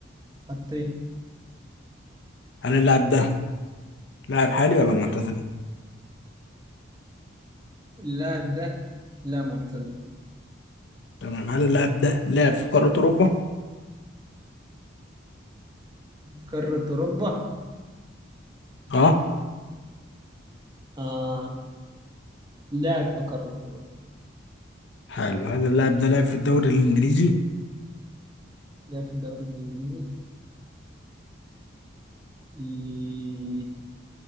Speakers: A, on the right; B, on the left.
A: حطين
B: هل اللاعب ده لاعب حالي ولا معتزل
A: اللاعب ده لا معتزل
B: تمام هل اللاعب ده لعب في قارة أوروبا
A: قارة أوروبا
B: اه
A: آه لعب في قارة أوروبا
B: حلو هل اللاعب ده لعب في الدوري الإنجليزي
A: لعب في الدوري الإنجليزي إيه،